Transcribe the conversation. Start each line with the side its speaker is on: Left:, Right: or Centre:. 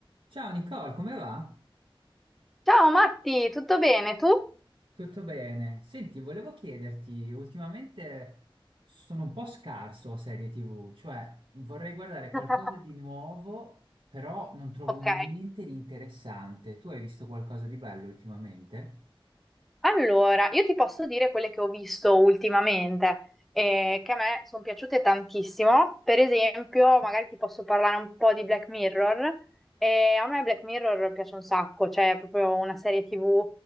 Right: Ciao Nicole, come va?
Centre: Ciao Matti, tutto bene? Tu?
Right: Tutto bene? Senti, volevo chiederti, ultimamente sono un po' scarso a serie TV, cioè vorrei guardare qualcosa
Centre: <laughs>
Right: di nuovo, però non trovo
Centre: Ok,
Right: niente di interessante. Tu hai visto qualcosa di bello ultimamente?
Centre: allora io ti posso dire quelle che ho visto ultimamente eh, che a me sono piaciute tantissimo. Per esempio, magari ti posso parlare un po' di Black Mirror. Eh, a me Black Mirror piace un sacco, cioè è proprio una serie TV